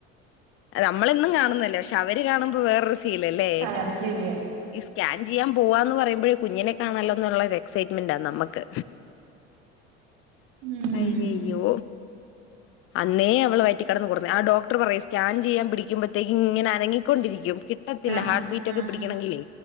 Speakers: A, on the left (about 40°); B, on the right (about 60°).
A: അത് നമ്മളെന്നും കാണുന്നല്ലേ പക്ഷെ അവര് കാണുമ്പോ വേറൊരു ഫീല് അല്ലേ
B: ആഹ് അത് ശരിയാ
A: ഇസ് സ്കാൻ ചെയ്യാൻ പോവാന്ന് പറയുമ്പോയെ കുഞ്ഞിനെ കാണാലോന്നുള്ള ഒരു എക്സൈറ്റ്മെന്റ് ആ നമ്മ ക്ക്
B: ഉം
A: അയ്യയ്യോ അന്നേ അവള് വറ്റിക്കടന്ന് ഓട്ണ് ആ ഡോക്ടർ പറയും സ്കാൻ ചെയ്യാൻ പിടിക്കുമ്പോഴത്തേക്കും ഇങ്ങന അനങ്ങിക്കൊണ്ടിരിക്കും കി റ്റത്തില്ല
B: ആഹ്
A: ഹാർട്ട് ബീറ്റ് ഒക്കെ
B: ആഹ്
A: പിടിക്കണെങ്കിലേ